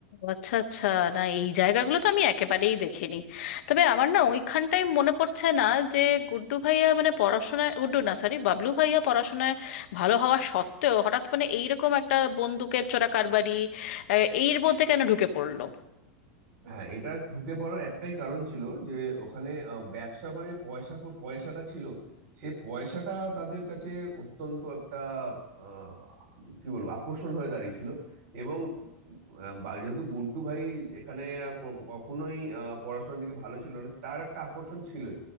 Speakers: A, on the left; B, on the right.
A: আচ্ছা আচ্ছা না এই জায়গাগুলো তো আমি একেবারেই দেখিনি তবে আমার না ওইখানটাই মনে পড়ছে না যে গুড্ডু ভাইয়া মানে পড়াশোনায় গুড্ডু না সরি বাবলু ভাইয়া পড়াশোনায় ভালো হওয়া সত্ত্বেও হঠাৎ মানে এইরকম একটা বন্দুকের চোরাকারবারি আহ, এর মধ্যে কেন ঢুকে পড়লো
B: হ্যাঁ এটা ঢুকে পড়ার একটাই কারণ ছিল যে ওখানে আহ, ব্যবসা করে যে পয়সা কো- পয়সাটা ছিল সে পয়সাটা তাদের কাছে অত্যন্ত একটা আহ, কি বলবো আকর্ষণ হয়ে দাঁড়িয়েছিল এবং আহ, বা- যেহেতু গুড্ডু ভাই এখানে ক- কখনোই আহ, পড়াশোনার দিকে ভালো ছিল না তার একটা আকর্ষণ ছিলই